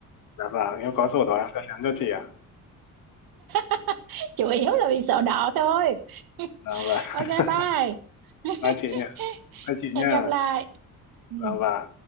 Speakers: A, on the left; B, on the right.
A: dạ vâng em có sổ đó em sẽ nhắn cho chị ạ à?
B: <laughs> chủ yếu là vì sợ đỏ thôi
A: dạ vâng
B: <laughs> ok
A: <laughs>
B: bye <laughs>
A: bye chị nha bye chị
B: hẹn
A: nha
B: gặp lại Ừ.
A: vâng vâng